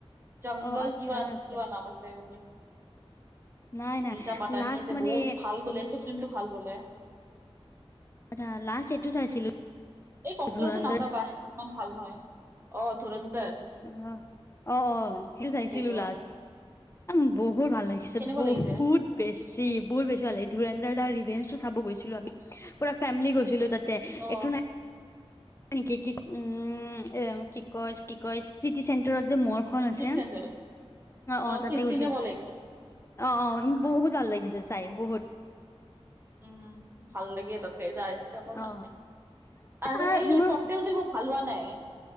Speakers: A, on the right; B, on the left.
A: জংগল
B: অ আচ্ছা
A: কিবা-কিবা
B: আচ্ছা
A: নাম আছে বোলে।
B: নাই নাই
A: দিছা পাটানী
B: লাষ্ট
A: আছে,
B: মানে
A: বহুত ভাল বোলে সেইটো ফিল্মটো ভাল বোলে।
B: এটা লাষ্ট এইটো চাইছিলো।
A: এই ককটেলতো
B: ধুৰন্ধৰ
A: নাচাবা ইমান ভাল নহয়। অ' ধুৰন্দৰ
B: অহ, অ' অ' সেইটো চাইছিলো
A: এইটো
B: লাষ্ট। এম বহুত ভাল লাগিছে
A: কেনেকুৱা
B: বহুত।
A: লাগিছে
B: বেছি বহুত বেছি ভাল লাগে। এই ধুৰন্দৰ টুৰ ৰিভেঞ্জটো চাব গৈছিলো আমি, পুৰা ফেমিলী গৈছিলো তাত এইটো
A: অ
B: নাই কি কি উম, এ কি কয় কি চিটি চেণ্টাৰত যে মলখন আছে
A: চিটি চেণ্টাৰ
B: অ' তাতে
A: চি
B: গৈছিলো
A: চিনেপলেক্স
B: অ' অ' বহুত ভাল লাগিছিলে চাই বহুত।
A: উম ভাল লাগে তাতে যাই যাবৰ কাৰণে
B: অ
A: আৰু
B: তাৰ
A: এই
B: মোৰ
A: ককতেলটো ইমান ভাল হোৱা নাই।